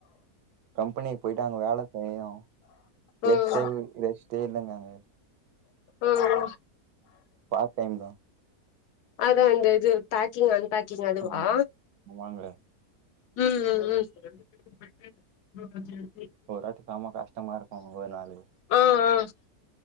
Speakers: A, on the right; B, on the left.
A: கம்பனிக்கு பொயிட்டு அங்க வேல செய்யு ரெஸ்டே
B: ம்
A: ரெஸ்டே இல்லங்கங்க
B: ஆ உ
A: பார்ட் டைம் தா
B: அதா அந்த இது பேக்கிங் அன்பேக்கிங் அதுவா
A: ம் ஆமாங்க
B: ம் ம் ம்
A: ஒரு வாட்டி சேம கஷ்டமா இருக்கு ஒரு நாளு
B: ஆ ஆ